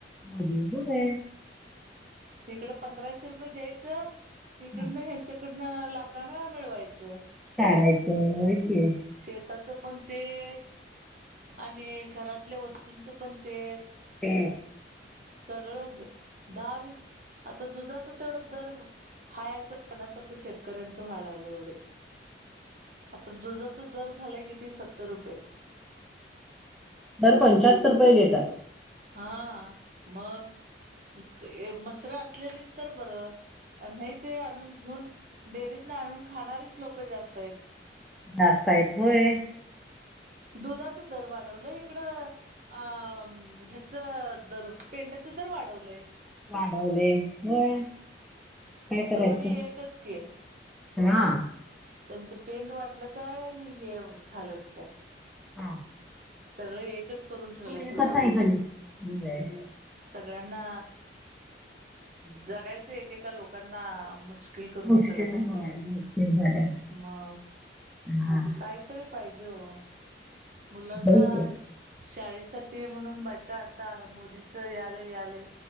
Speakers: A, in the centre; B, on the right (about 45°).
A: म्हणजे काय <unintelligible>
B: ईकडं पंधराशे रुपये द्यायचं, ईकडनं
A: हा,
B: ह्यांच्याकडनं लाखांन मिळवां. यचं.
A: काढायचं व्हंय कीं
B: शेताचं पणं तेचं आणि घरातल्यां वस्तूंचं पणं तेचं
A: हम्मं
B: सगळंच दहां वीस आतां दुधांचा तेवढां दरं हांय असंण्यांसारखं शेतकऱ्यांचं व्हांयलां लागलंय एवढंच आतां दुधांचा दरं झालायं आहे किं सत्तर रुपये.
A: तर पंच्याहत्तर रुपये देतांत
B: हां मंग मसरं असलेली तरं बरं. नाहीं ते आंणून घेऊनं डेअरीतं नं आंणून खांणारीचं लोकं जास्तं आहेत.
A: डास्तां आयेतं होयं.
B: दुधांचा दरं वाढतं वाढवलं इकडं अं ह्यांचं दरं पेंड्यांच दरं वाढवलंय.
A: वाढवलयं व्हंय कायं करायचं
B: दोन्ही एकच की
A: हां
B: त्यांचं पेंड वाढलं कायं? आणि हे झालं कायं
A: हंम
B: सगळें एकचं करूंन ठेवलंय
A: एकच
B: सोंडा
A: आहे
B: मोदींन.
A: गणित होय
B: सगळ्यांना जगायचं एकेकां लोकांना मुश कीलं करूंन
A: मुश्किल
B: ठेवलायं.
A: होय मुश्किल झालं
B: मंग
A: हा
B: कांहीतरी पाहिजे हो मुलांना.
A: होय की
B: शाळेसांठी म्हणूंन बायकां आतां मोदींचं हे यालंय यां आलयं